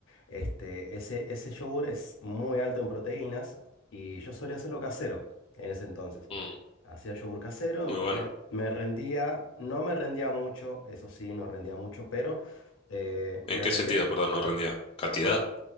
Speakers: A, on the left; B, on the left.
A: este, ese, ese yogur es muy alto en proteínas y yo solía hacerlo casero en ese entonces.
B: Mm,
A: Hacía yogur casero,
B: muy bueno.
A: me, me rendía, no me rendía mucho, eso sí, no rendía mucho, pero eh,
B: ¿En
A: me
B: qué
A: rendía.
B: sentido, perdón, no rendía? ¿Cantidad?
A: ¿no?